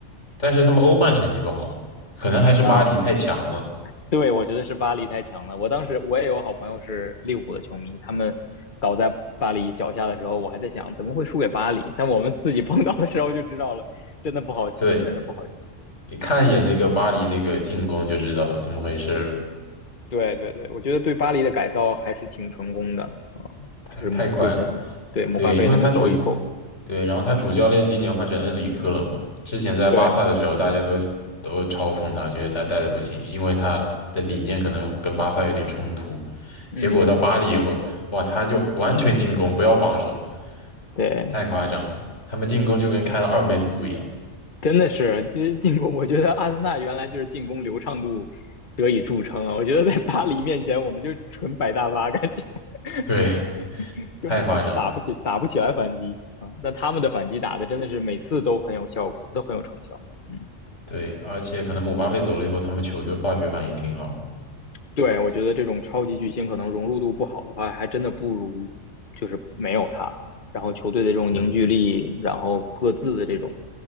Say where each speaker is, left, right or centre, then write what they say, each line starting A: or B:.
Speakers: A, on the left; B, on the left.
A: 但是他们欧冠成绩不好，可能还是巴黎太强了。
B: 呃 <laughs> 对，我觉得是巴黎太强了。我当时我也有好朋友是利物浦的球迷，他们倒在巴黎脚下的时候，我还在想怎么会输给巴黎。但我们自己碰到的时候就知道了，真的不好踢，
A: 对，
B: 真的不好踢
A: 你看一眼那个巴黎那个进攻就知道怎么回事了。
B: 对对对，我觉得对巴黎的改造还是挺成功的啊，
A: 太太快了。
B: 就是就是对姆巴佩他们走以后，
A: 对，因为他主，对，然后他主教练今年换成恩里克了嘛。之前在巴萨的时候，
B: 对，
A: 大家都都嘲讽他，觉得他带的不行，因为他的理念可能跟巴萨有点冲突。
B: 嗯，
A: 结果到巴黎以后，哇，他就完全进攻，不要防守，
B: 对。
A: 太夸张了。他们进攻就跟开了二倍速一样，
B: 真的是，其实进攻，我觉得阿森纳原来就是进攻流畅度得以著称啊。我觉得在巴黎面前，我们就纯摆大巴，感觉 <laughs>
A: 对，
B: 根本就打不起，
A: 太夸张。
B: 打不起来反击啊。但他们的反击打的真的是每次都很有效果，都很有成效。嗯，
A: 对，而且可能姆巴佩走了以后，他们球队化学反应挺好的。
B: 对，我觉得这种超级巨星可能融入度不好的话，还真的不如就是没有他。然后球队的这种凝聚力，
A: 嗯。
B: 然后各自的这种